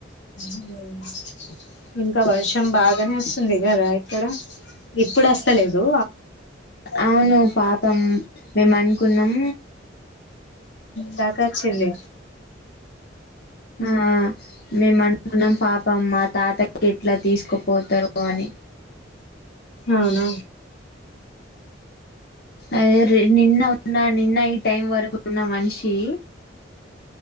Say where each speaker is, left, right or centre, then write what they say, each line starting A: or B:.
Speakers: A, on the left; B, on the left.
A: <inaudible> ఇంకా వర్షం బాగనే వస్తుంది కదా ఇక్కడ, ఇప్పుడస్తలేదు.
B: అవును పాపం మేం అనుకున్నం.
A: తాకచ్చింది.
B: ఆ మేం అనుకున్నం పాపం ఆ తాతకి ఎట్లా తీసుకపోతరో అని.
A: అవునా
B: అయర్ నిన్న ఉన్న నిన్న ఈ టైం వరకు ఉన్న మనిషి